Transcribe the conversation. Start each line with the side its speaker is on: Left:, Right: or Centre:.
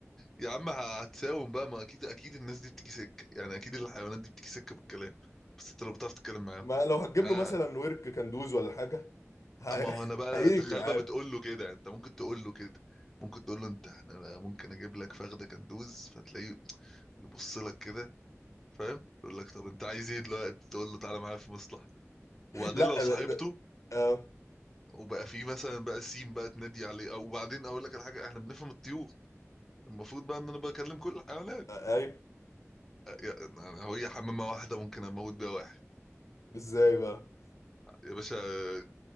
Centre: يا عم ه- هتساوم بقى ما اكيد اكيد الناس دي بتيجي سكه يعني اكيد الحيوانات دي بتيجي سكه بالكلام بس انت لو بتعرف تتكلم معاهم
Left: ما لو هتجيب
Centre: اه
Left: له مثلا ورك كندوز ولا حاجه هي...
Centre: ما هو انا
Left: <laughs>
Centre: بقى
Left: هيجي
Centre: تخيل
Left: عادي
Centre: بقى بتقول له كده انت ممكن تقول له كده ممكن تقول له انت احنا انا ممكن اجيب لك فخده كندوز فتلاقيه يبص لك كده فاهم يقول لك طب انت عايز ايه دلوقتي تقول له تعالى معايا في مصلحه وبعدين
Left: لا
Centre: لو صاحبته
Left: ب... ب... اه
Centre: وبقى فيه مثلا بقى سيم بقى تنادي عليه او وبعدين اقول لك على حاجه احنا بنفهم الطيور المفروض بقى ان انا بكلم كل الحيوانات
Left: آه، ايوه
Centre: أ- يا- أنا- هو هي حمامه واحده ممكن اموت بيها واحد
Left: ازاي بقى
Centre: يا باشا آه،